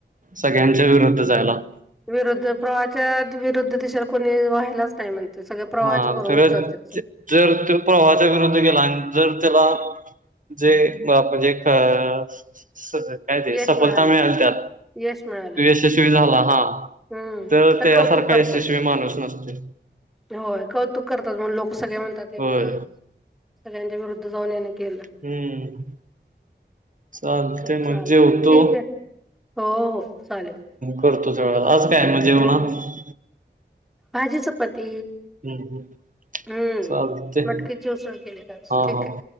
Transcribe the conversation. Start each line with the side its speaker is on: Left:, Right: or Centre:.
Right: सगळ्यांच्या विरुद्ध जायला.
Centre: विरुद्ध प्रवाहाच्या विरुद्ध दिशेला कोणी व्हायलाच नाही म्हणते सगळं. प्रवाहाच्या
Right: हा
Centre: बरोबर
Right: खरं
Centre: जातात सगळं.
Right: ज- जर तो प्रवाच्या विरुद्ध गेला आणि जर त्याला जेजे काय ते सफलता
Centre: यश मिळालं
Right: मिळेल त्यात
Centre: यश मिळालं
Right: यशस्वी झाला हा
Centre: हम्म
Right: तर त्यासारखा
Centre: कौतुक करतात.
Right: यशस्वी माणूस नसतोय.
Centre: होय कौतुक करतात म्हण लोक सगळे म्हणतात ते
Right: होय
Centre: बघा. सगळ्यांच्या विरुद्ध जाऊन याने केलं.
Right: हम्म चालतंय ते
Centre: चालत
Right: मग जेवतो.
Centre: ठीक आहे हो हो चालेल
Right: करतो आज काय मग जेवणात?
Centre: हो भाजी चपाती.
Right: हम्म
Centre: हम्म
Right: चालते
Centre: मटकीचे उसळ केली
Right: हा
Centre: ठीक
Right: हा
Centre: आहे.